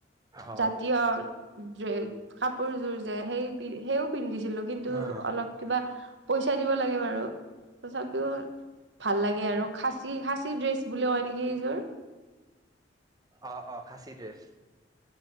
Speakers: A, on the right; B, on the right.
A: অ',
B: জাতীয় ডে কাপোৰযোৰ যে সেই সেইও পিন্ধিছে ছিলো কিন্তু
A: অ',
B: অলপ কিবা পইচা দিব লাগে বাৰু তথাপিও ভাল লাগে আৰু খাচী খাচী ড্ৰেছ বুলি কয় নেকি এইযোৰ।
A: অ অ খাছি ড্ৰেছ।